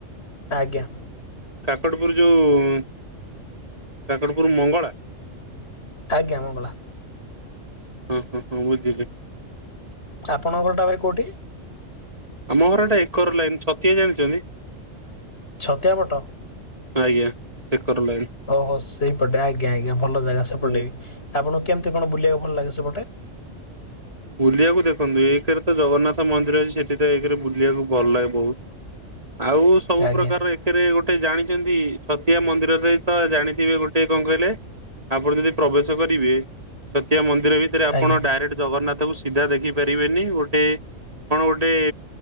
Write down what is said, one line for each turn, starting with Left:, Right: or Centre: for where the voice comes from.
Left: ଆଜ୍ଞା।
Right: କାକଟପୁର ଯୋଉ କାକଟପୁର ମଙ୍ଗଳା
Left: ଆଜ୍ଞା ମଙ୍ଗଲା।
Right: ହଁ ହଁ ହଁ ବୁଝିଲେ।
Left: ଆପଣଙ୍କରଟା ଭାଇ କେଉଁଠି?
Right: ଆମ ଘରଟା ଏକର ଲାଇନ୍ ସତିଆ ଜାଣିଛନ୍ତି।
Left: ଛତିଆପଟ
Right: ଆଜ୍ଞା ସେ କର ଲି
Left: ଓହୋ ସେଇପଟେ ଆଜ୍ଞା ଆଜ୍ଞା ଭଲ ଜାଗା ସେପଟେ
Right: ଆଜ୍ଞା।
Left: ବି ଆପଣଙ୍କୁ କେମିତି କଣ ବୁଲିବାକୁ ଭଲ ଲାଗେ ସେପଟେ
Right: ବୁଲିବାକୁ ଦେଖନ୍ତୁ ଏଇରେ ତ ଜଗନ୍ନାଥ ମନ୍ଦିର ଅଛି ସେଠି ତ ଏଇରେ ବୁଲିବାକୁ ଭଲ ଲାଗେ ବହୁତ ଆଉ ସବୁ
Left: ଆଜ୍ଞା
Right: ପ୍ରକାର ସେଥିରେ ଗୋଟେ ଜାଣିଛନ୍ତି ସଛତିଆ ମନ୍ଦିରରେ ତ ଜାଣିଥିବେ ଗୋଟେ କଣ କହିଲେ। ଆପଣ ଯଦି ପ୍ରବେଶ କରିବେ ଛତିଆ ମନ୍ଦିର ଭିତରେ ଆପଣ
Left: ଆଜ୍ଞା
Right: ଡାଇରେକ୍ଟ ଜଗନ୍ନାଥ ତାକୁ ସିଧା ଦେଖି ପାରିବେନି ଗୋଟେ କଣ ଗୋଟେ